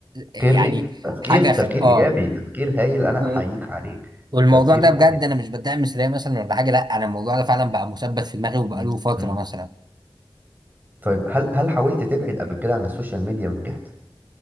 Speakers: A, on the right (about 50°); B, on the right (about 20°).
A: يعني
B: خير ليك تفكير
A: حاجه
B: تفكير
A: خ... اه
B: ايجابي تفكير هايل انا
A: و...
B: احييك عليك
A: والموضوع
B: تفكير
A: ده بجد
B: هايل
A: انا مش بدعم مثاليه مثلا ولا حاجه لا انا الموضوع ده فعلا بقى مثبت في دماغي وبقاله
B: مم.
A: فتره
B: مم.
A: مثلا
B: طيب هل هل حاولت تبعد قبل كده عن السوشيال ميديا ونجحت